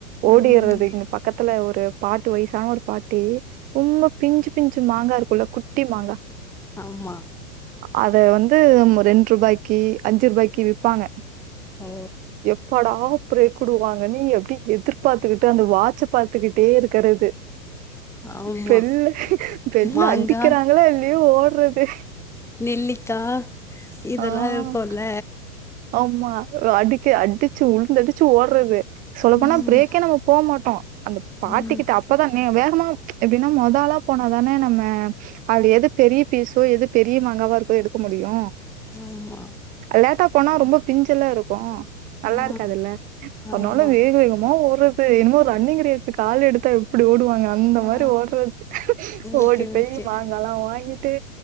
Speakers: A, on the right; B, in the centre.
A: ஓடிடுறது
B: ம்
A: இங்க பக்கத்துல ஒரு பாட்டு வயசான ஒரு பாட்டி ரொம்ப பிஞ்சு பிஞ்சு மாங்கா இருக்குல்ல குட் குட்டிமாங்க
B: ஆமா
A: அத வந்து ரெண்டு ரூபாய்க்கு அஞ்சு ரூபாய்க்கு விப்பாங்க
B: ஓ
A: எப் எப்படா பிரேக் குடுவாங்கனு எப்டி எதிர்பார்த்துக்கிட்டு அந்த வாச்ச பாத்துக்கிட்டே ருக்குறது
B: ஆமா
A: பெல்ல பெல்ல
B: மாங்கா
A: அடிக்கிறாங்களா இல்லயோ ஓட்றது
B: நெல்லிக்கா இதெல்லா
A: ஆஹ்
B: இருக்குல்ல
A: ஆமா அடிக்க அடி உழுந்து அடிச்சு ஓடறது சொல்ல
B: ம்
A: போனா பிரேக்கே நம்ம போமாட்டோ அந்த பாட்டிக்கிட்ட
B: ம்
A: அப்பதா வேகமா எப்டின்னா மொதாளா போனாதானே நம்ம அது எது பெரிய பீஸோ எது பெரிய மங்காவா இருக்கோ எடுக்க முடியு
B: ஆமா
A: லேட்டா போனா ரொம்ப பிஞ்சல்லா இருக்கு நல்லா
B: ஆ
A: இருக்காதுல்ல அதுனால
B: ஆமா
A: வேக வேகமா ஓறது என்னமோ ரன்னிங் ரேஸுக்கு ஆள் எடுத்தா எப்டு ஓடுவாங்க அந்த
B: ஆ
A: மாதிரி ஓடறது ஓடி
B: ஓகே
A: போய்
B: ஓகே
A: மாங்கல்லா வாங்கிட்டு